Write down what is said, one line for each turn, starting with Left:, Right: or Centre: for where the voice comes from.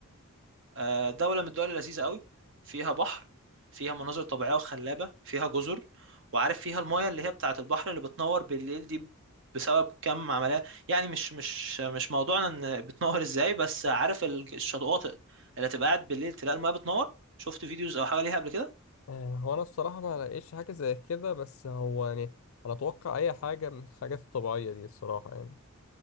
Right: آه، دولة من الدول اللذيذة قوي فيها بحر فيها مناظر طبيعية وخلابة فيها جزر وعارف فيها المايه اللي هي بتاعة البحر اللي بتنور بالليل دي بسبب كم عملية يعني مش مش مش موضوعنا ان بتنور ازاي بس عارف ال- الشواطئ اللي تبقى قاعد بالليل تلاقي المايه بتنور شفت فيديوز او حاجة ليها قبل كده
Left: آه، هو انا الصراحة ما لقيتش حاجة زي كده بس هو يعني انا اتوقع اي حاجة من الحاجات الطبيعية دي الصراحة يعني